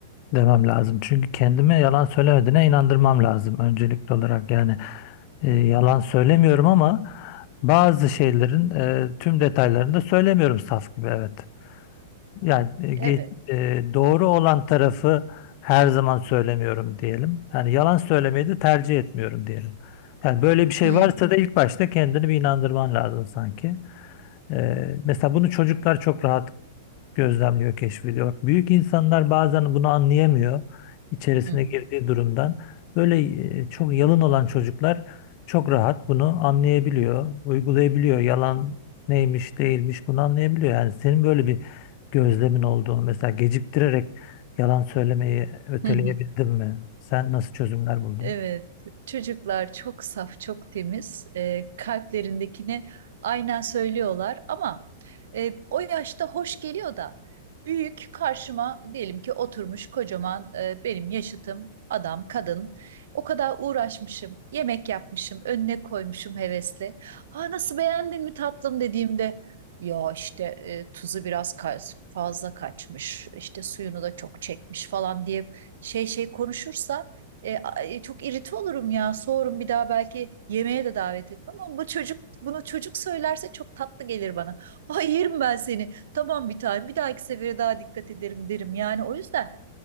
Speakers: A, on the left; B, on the right.
A: demem lazım. Çünkü kendime yalan söylemediğine inandırmam lazım öncelikli olarak. Yani e,
B: Hı
A: yalan
B: hı.
A: söylemiyorum ama bazı şeylerin e, tüm detaylarını da söylemiyorum saf gibi evet. Yani e, ge-
B: Evet.
A: e, doğru olan tarafı her zaman söylemiyorum diyelim. Yani yalan söylemeyi de tercih etmiyorum diyelim. Yani böyle bir şey
B: Hı
A: varsa da ilk başta kendini bir inandırman lazım sanki. E, mesela bunu çocuklar çok rahat gözlemliyor, keşfediyor. Bak, büyük insanlar bazen bunu anlayamıyor içerisine
B: hı.
A: girdiği durumdan. Böyle e, çok yalın olan çocuklar çok rahat bunu anlayabiliyor, uygulayabiliyor. Yalan neymiş, değilmiş bunu anlayabiliyor. Yani senin böyle bir gözlemin olduğunu mesela geciktirerek yalan söylemeyi öteleyebildin
B: hı. hı. <laughs>
A: mi? Sen nasıl çözümler buldun?
B: Evet, çocuklar çok saf, çok temiz. Ee, kalplerindekini aynen söylüyorlar ama e, o yaşta hoş geliyor da büyük karşıma diyelim ki oturmuş kocaman e, benim yaşıtım adam, kadın. O kadar uğraşmışım, yemek yapmışım, önüne koymuşum hevesli. Ha nasıl beğendin mi tatlım dediğimde ya işte e, tuzu biraz ka- fazla kaçmış, işte suyunu da çok çekmiş falan diye şey şey konuşursa e, a- e, çok irite olurum ya. Soğurum bir daha belki yemeğe de davet etmem ama bu çocuk bunu çocuk söylerse çok tatlı gelir bana. <laughs> Ay yerim ben seni. Tamam bir tane. Bir dahaki sefere daha dikkat ederim derim. Yani o yüzden